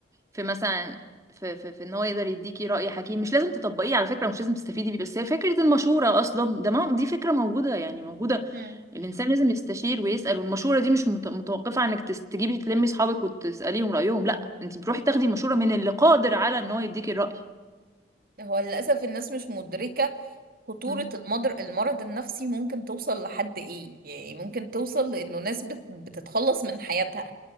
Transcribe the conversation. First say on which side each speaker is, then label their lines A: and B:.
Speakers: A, on the right (about 15°); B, on the right (about 50°).
A: في مثلا في, في, في ان هو يقدر يديكي راي حكيم مش لازم تطبقيه على فكره مش لازم تستفيدي بيه بس هي فكره المشوره اصلا ده ما دي فكره موجوده يعني موجوده
B: مم.
A: الانسان لازم يستشير ويسال والمشوره دي مش مت- متوقفه عن انك تس- تجيبي تلمي اصحابك وتساليهم رايهم لا انت بتروحي تاخدي مشوره من اللي قادر على ان هو يديكي الراي
B: هو للأسف الناس مش مدركة خطورة
A: مم.
B: المضر المرض النفسي ممكن توصل لحد إيه يعني ممكن توصل لأنه ناس بت... بتتخلص من حياتها